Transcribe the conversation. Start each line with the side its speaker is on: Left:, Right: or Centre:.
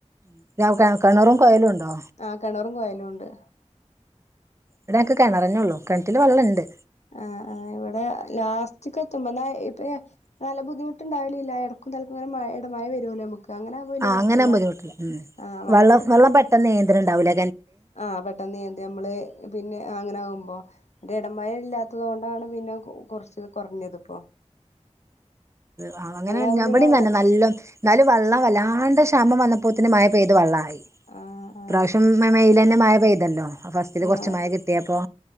Right: <unintelligible> കെണറും കൊയലുണ്ടോ?
Left: ആ കെണറും കൊയലൂണ്ട്
Right: ഇവിടൊക്കെ കിണറന്നേ ഉള്ളൂ. കിണറ്റില് വെള്ളം ഇണ്ട്
Left: ആ ആ ഇവടെ ലാസ്റ്റ് ക്ക് എത്തുമ്പോ ന്നാ ഇപ്പേ നല്ല ബുദ്ധിമുട്ടുണ്ടാവലില്ല. എടക്കും തലക്കും ഇങ്ങനെ മഴ ഇട മഴ വരോല്ലോ നമുക്ക്, അങ്ങനെ ആകുമ്പോ വലിയ
Right: ആ
Left: കുഴപ്പല്ല
Right: അങ്ങനെ ബുദ്ധിമുട്ട് ഉണ്ടാവില്ല.
Left: ആഹ്
Right: വെള്ളം വെള്ളം പെട്ടെന്ന് എന്തുണ ഉണ്ടാവൂല
Left: ആ പെട്ടന്നീത് മ്മള് പിന്നെ അങ്ങനെ ആകുമ്പോ എടോം വലോം ഇടമഴ ഇല്ലാത്ത ത്തത് കൊണ്ടാണ് പിന്നെ കൊർച്ച് കുറഞ്ഞത് ഇപ്പൊ
Right: ആ അങ്ങനെ ഇവ
Left: ആകുമ്പോ
Right: ടീം തന്നെ ഞപട
Left: പിന്നെ ഞങ്ങള്
Right: തന്നെ നല്ല നല്ല വള്ളം വല്ലാണ്ട് ക്ഷാമം വന്നപ്പോത്തിന് മമായ പെയ്തു വെള്ള ആയി
Left: ആഹ് ആഹ്
Right: ഇപാവശ്യം മെയിലന്നെ മഴ പെയ്തല്ലോ ഫസ്റ്റില് കുറച്ച്
Left: ആഹ്
Right: മഴ കിട്ട കിട്ടിയ അപ്പോ